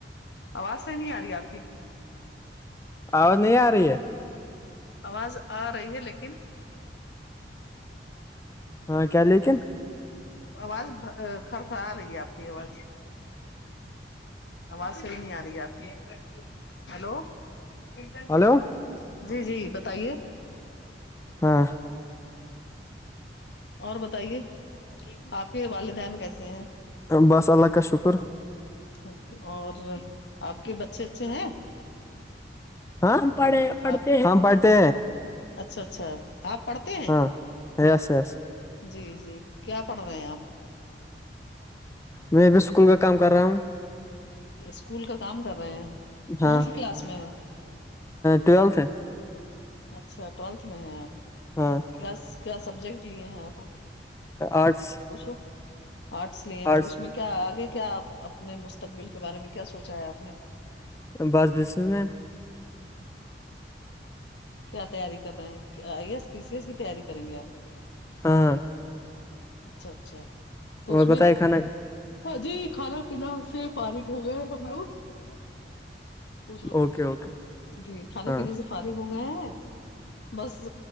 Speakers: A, on the left; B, on the left.
A: آواز صحیح نہیں آ رہی آپ کی
B: آواز نہیں آ رہی ہے
A: آواز آ رہی ہے لیکن
B: ہاں کیا لیکن
A: آواز کھڑ خڑا آ رہی ہے آپ کی آواز آواز صحیح نہیں آ رہی ہے آپ کی ہلو انٹرویو
B: ہلو
A: ہوا تھا جی جی بتائیے
B: ہاں
A: اور بتائیے آپ کے والدین کیسے ہیں
B: بس اللہ کا شکر
A: ک اور آپ کے بچے اچھے ہیں
B: ہاں پڑھ پڑھتے
A: آپ
B: ہم پڑھتے
A: اچھا اچھا آپ پڑھتے ہیں
B: ہاں یس یس
A: جی جی کیا پڑھ رہے ہیں آپ
B: میں بھی اسکول کا کام کر رہا ہوں
A: اسکول کا کام کر رہے ہیں
B: ہاں
A: کون سی کلاس میں ہے
B: ٹویلتھ ہے
A: اچھا ٹویلتھ میں ہیں آپ
B: ہاں
A: کیا کیا سبجیکٹ لیے ہیں آپ
B: آرٹس
A: وہ سو آرٹس لے ہیں
B: آرٹس
A: تو اس میں کیا آگے کیاپ اپنے مستقبل کے بارے میں کیا سوچا ہے آپ نے
B: بس بزنس مین
A: کیا تیاری کر رہے ہیں I S P C S کی تیاری کریں گے آپ
B: ہاں ہاں
A: اچھا اچھا تو
B: اور
A: اس
B: بتائے
A: میں
B: کھانا
A: جی کھانا پینا سے فارغ ہو گئے ہم لوگ ہو پوچھ لو
B: اوکے
A: کہ
B: اوکے
A: بتا رہے جی کھانے
B: ہاں
A: پینے سے فارغ ہو گیا ہیں بس